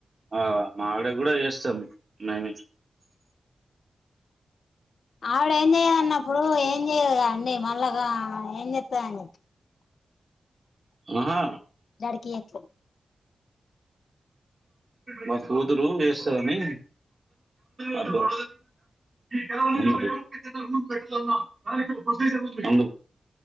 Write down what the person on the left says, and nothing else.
ఆవిడ ఏం చెయ్యదన్నప్పుడు ఏం చెయ్యదుగా అండి మళ్ళాగా ఏం చెస్త దండి
డాడీ కి ఎట్లే